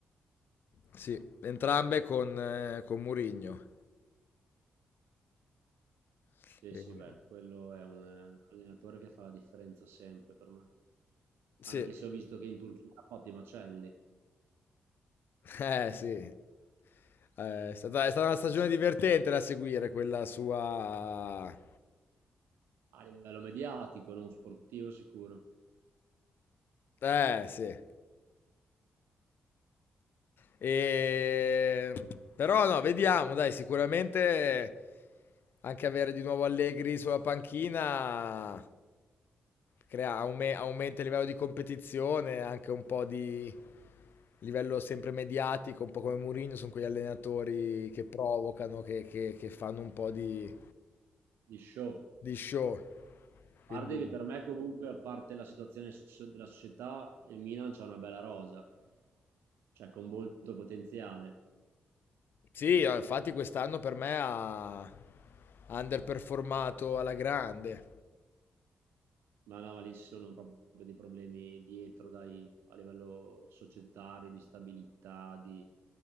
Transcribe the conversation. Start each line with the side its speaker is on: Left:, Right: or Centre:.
Left: sì, entrambe con, eh, con Mourinho. Sì.
Right: Sì, sì, beh, quello è un eh, allenatore che fa la differenza sempre per me.
Left: Sì,
Right: Anche se ho visto che in Turchia ha fatto i macelli,
Left: eh sì, Eh, è stata, è stata una stagione divertente da seguire quella sua...
Right: a livello mediatico, non sportivo sicuro,
Left: Eh sì. E... Però no, vediamo, dai, sicuramente anche avere di nuovo Allegri sulla panchina crea- aume- aumenta il livello di competizione, anche un po' di livello sempre mediatico, un po' come Mourinho, sono quegli allenatori che provocano, che, che- che fanno un po' di,
Right: di show.
Left: di show.
Right: A
Left: Quindi,
Right: parte che per me comunque, a parte la situazione so- della società, il Milan c'ha una bella rosa, cioè con molto potenziale.
Left: sì, no, infatti quest'anno per me ha ha underperformato alla grande.
Right: No, no, ma lì ci sono proprio dei problemi dietro, dai, a livello societario, di stabilità, di